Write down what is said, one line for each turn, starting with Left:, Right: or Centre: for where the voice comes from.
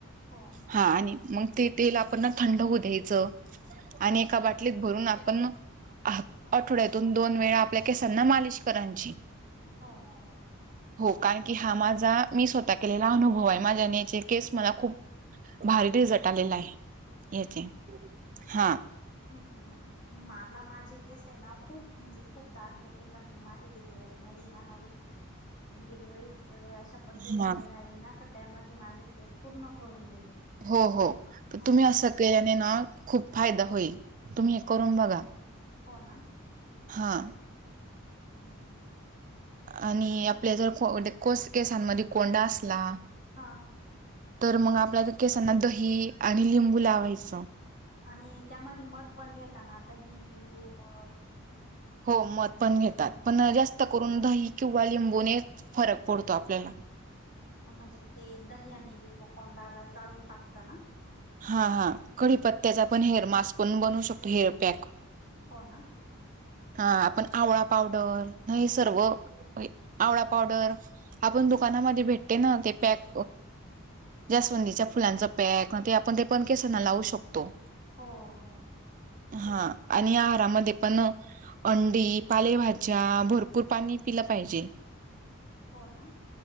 Left: हो
Right: हा आणि मग ते तेल आपण थंड होऊ द्यायचं आणि एका
Left: हो
Right: बाट <inaudible> त भरून आपण हा-आठवड्यातून
Left: हो
Right: दोन वेळा आपल्या केसांना मालिश करांची.
Left: हो- हो- हो.
Right: हो कारण की हा माझा मी स्वतः केलेला अनुभव आहे माझ्या <unintelligible> न्याचे केस मला खूप भारी रिझल्ट आलेला आहे. ह्याचे हा.
Left: हम्मं हं हम्मं मलां माझे केंस आहे नां खूंप म्हणजे खूंप दांट होते पणं माझ्यां डिलिवरी मध्यें नां माझी डिलिव्हरी चं अशा पद्धतीची
Right: हा
Left: झाली नां कां त्यांमध्ये माझे केंस पूर्ण गळूंन गेले
Right: हो हो तरं
Left: हो
Right: तुम्हीं असं केल्यांने नां खूंप फायदां होईल तुम्ही हे
Left: हो
Right: करून बघा
Left: हो नां हं
Right: हा
Left: हम्मं
Right: आणि आपल्यां जरं केस केसांमध्यें कोंडा असलां
Left: हां
Right: तरं मंग आपल्यां केसांना दही आणि लिंबू लावायचं
Left: आणि त्यांमध्ये मध पणं घेताना दही लिंबू मध
Right: हो मध पणं घेतात
Left: हा
Right: पणं जास्तं करूंन दही किंवा लिंबूनेचं फरक पडतो आपल्यांला
Left: म्हणजे ते दही आणि लिंबू कोंडाला जाळूंन टाकतं नां
Right: हां हां कडी पत्त्यांचा पणं हेअर मास्क पणं बनवूं शकतो हेअर पॅक
Left: हो नां
Right: हां आपणं आवळां पावडर दही सर्वं बाई आवळां पावडर आपणं दुकानांमध्ये भेटते नां ते पॅक ज्यांसंवधीच्या फुलांचा पॅक आपणं ते पणं केसांना लावूं शकतो
Left: हो हो
Right: हां आणि आहारांमध्यें पणं अंडी पालेभाज्यां भरंपूर पाणी पिलं पाहिजे
Left: हो ना